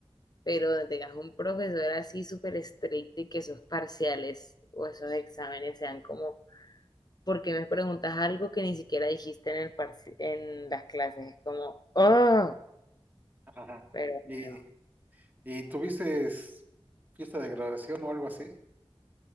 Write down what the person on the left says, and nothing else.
Pero donde tengas un profesor así súper estricto y que esos parciales o esos exámenes sean como porque me preguntas algo que ni siquiera dijiste en el parci- en las clases? Es como, oh,
pero bueno.